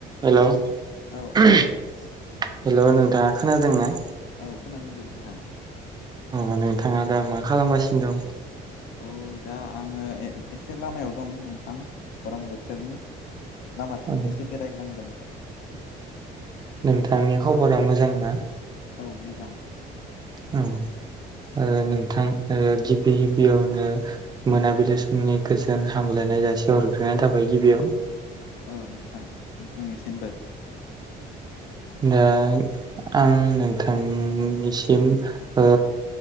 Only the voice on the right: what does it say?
हेल' हेल'
नोंथाङा खोनादों ना?
अ नोंथाङा दा मा खालामगासिनो दं?
औ
नोंथांनि खबरा मोजां ना?
औ ओ नोंथां ओ गिबि गिबियावनो मोनाबिलि समनि गोजोन हामलायनाय जासि हरग्रोनाय थाबाय गिबियाव।
दा आं नोंथांनिसिम ओ